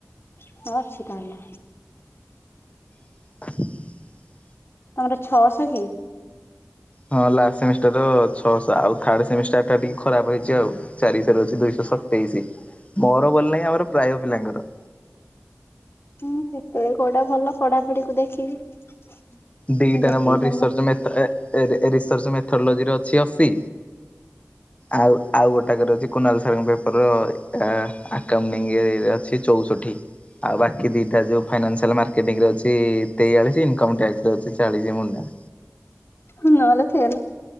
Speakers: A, on the left (about 45°); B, on the left (about 25°).
A: ହଁ ଅଛି ତାହେଲେ।
B: <inaudible>
A: ତମର ଛଅଶହ କି?
B: ହଁ ଲାଷ୍ଟ ସେମିଷ୍ଟାର ର ଛଅଶହ ଆଉ ଥଡ ସେମିଷ୍ଟାର ଟା ଟିକେ ଖରାପ ହେଇଛି ଆଉ ଚାରିଶହରୁ ଅଛି ଦୁଇଶହ ତେଇଶି ମୋର ଗଲ ନାହିଁ ଆମର ପ୍ରାୟ ପିଲାଙ୍କର।
A: ହୁଁ ସେତେବେଳେ କୋଉଟା ଭଲ ପଢାପଢିକୁୁ ଦେଖିକି। ହୁଁ
B: ଦିଟାରେ
A: ଯେତିକି
B: ମୋର ରିସର୍ଚ୍ଚ
A: ଜମା
B: ମେଥ ରିସର୍ଚ୍ଚ ମେଥଲୋଜି ର। ସେ ଅଶୀ ଆଉ। ଆଉ ଗୋଟାକରେ ଅଛି କୁନାଲ ସାରଙ୍କ ପେପର ଆଁ ଆକାଣଟିଙ୍ଗ ଅଛି ଚଉଷଠି। ଆଉ ବାକି ଦିଟା ଯୋଉ ଫାଇନାସିଆଲ ମାର୍କେଟିଂ ରେ ଅଛି ତେୟାଳିଶ ଇନକମ ଟକ୍ସ। ଚାଳିଶ ମୁଣ୍ଡା।
A: ହ ନହେଲେ ଫେଲ୍